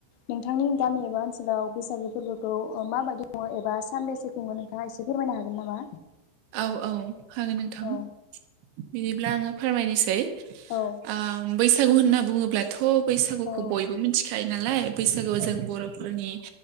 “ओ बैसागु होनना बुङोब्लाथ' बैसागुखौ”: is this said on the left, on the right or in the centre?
Right